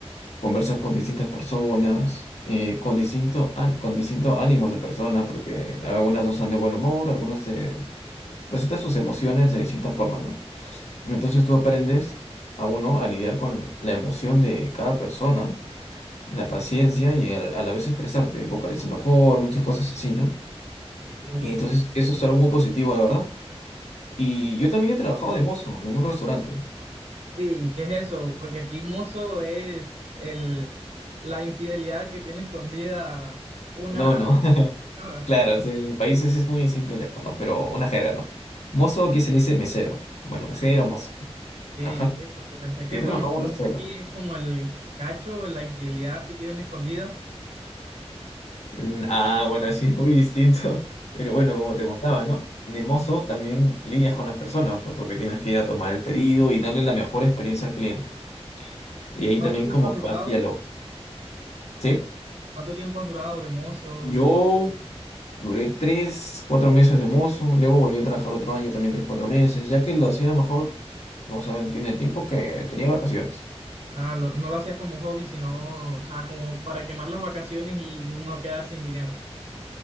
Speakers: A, on the left; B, on the right.
A: conversas con distintas personas, eh, con distinto án- con distintos ánimos de personas, porque algunas no están de buen humor, algunas te presentan sus emociones de distintas formas, ¿no? Entonces tú aprendes a uno a lidiar con la emoción de cada persona, la paciencia y al- a la vez expresarte, vocalizar mejor, muchas cosas así, ¿no?
B: Oh.
A: Y entonces eso es algo muy positivo, la verdad. Y yo también he trabajado de mozo en un restaurante.
B: Sí, ¿qué es eso? Porque aquí mozo es el, la infidelidad que tiene escondida una
A: No, no. <laughs>
B: Ahora,
A: Claro, sí, en países es muy distinto el dejo, ¿no? Pero una
B: sí.
A: jerga, ¿no? Mozo aquí se le dice mesero. Bueno, mesero,
B: Ok,
A: mozo, ¿no? Ajá.
B: ok, porque pensé que,
A: Y
B: bueno,
A: he trabajado
B: no
A: en un restaurante.
B: sé aquí es como el cacho, la infidelidad que tienen escondida.
A: Mm, Ah, bueno, sí, es muy distinto. <laughs> Pero bueno, como te contaba, ¿no? De mozo también lidias con las personas, pues porque tienes que ir a tomar el pedido y darle la mejor experiencia al cliente. Y ahí
B: ¿Cuánto
A: también
B: tiempo
A: como
B: has
A: que
B: durado?
A: vas diálogo. ¿Sí?
B: ¿Cuánto tiempo has durado de mozo?
A: Yo
B: Y
A: Duré tres, cuatro meses de mozo, luego volví a trabajar otro año también tres, cuatro meses, ya que lo hacía mejor, o sea, en el tiempo que tenía vacaciones.
B: ah, lo- no lo hacías como hobby, sino, o sea, como para quemar las vacaciones y no quedar sin dinero.